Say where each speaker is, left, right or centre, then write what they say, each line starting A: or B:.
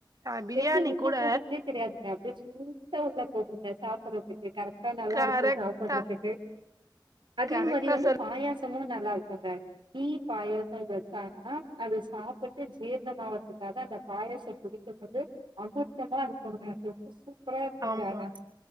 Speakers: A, on the right; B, on the right.
A: ஆ பிரியாணி
B: எப்டி உள்ள
A: கூட
B: போகுதுன்னே தெரியாதுங்க அப்டியே ஸ்மூதா உள்ள போகுங்க சாப்பறது இது கரெக்டா நல்லா
A: கரெக்டா
B: இருக்கும் சாப்பட்றதுக்கு அதே
A: கரெக்டா
B: மாரி வந்து
A: சொல்
B: பாயாஸ் சமும் நல்லா இருக்குங்க <unintelligible> பாயச வச்சாங்கன்னா அது சாப்புட்டு ஜீர்ணம் ஆறத்துக்காக அந்த பாயச குடிக் றதுக்து அமிரதமா இருக்குங்க ரொம்ப சூப்பரா இருக்குங்க
A: ஆமா
B: ஆனா